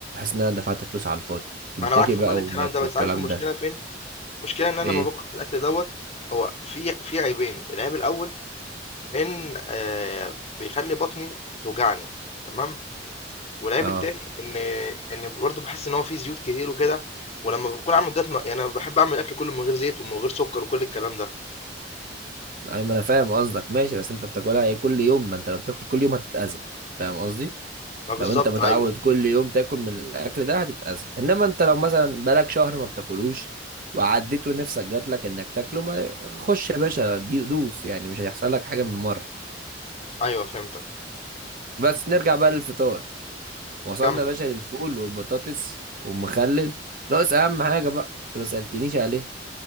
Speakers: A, on the right; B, on the left.
A: إن أنا دفعت فلوس على الفاضي كنتاكي
B: انا معاك في
A: بقى
B: كل الكلام
A: وماك
B: ده بس
A: والكلام
B: عارف المشكله
A: ده
B: فين المشكله ان انا
A: إيه
B: لما باكل من الاكل دوت هو في في عيبين العيب الاول ان آه، بيخلي بطني توجعني تمام والعيب
A: أه
B: التاني ان ان برضه بحس ان هو فيه زيوت كتير وكده ولما بكون عامل دايت ما- يعني انا بحب اعمل الاكل كله من غير زيت ومن غير سكر وكل الكلام ده
A: أيوة ما أنا فاهم قصدك ماشي بس أنت بتاكلها إيه كل يوم ما أنت لو بتاكل كل يوم هتتأذى فاهم قصدي
B: ما بالظبط
A: لو انت متعود
B: ايوه
A: كل يوم تاكل من الاكل ده هتتأذى انما انت لو مثلا بقالك شهر ما بتاكلوش وعديت ونفسك جات لك انك تاكله ما خش يا باشا دي دوس يعني مش هيحصل لك حاجه من مره
B: ايوه فهمتك
A: بس نرجع بقى للفطار وصلنا
B: كمل
A: يا باشا للفول والبطاطس والمخلل ناقص اهم حاجه بقى انت ما سالتنيش عليها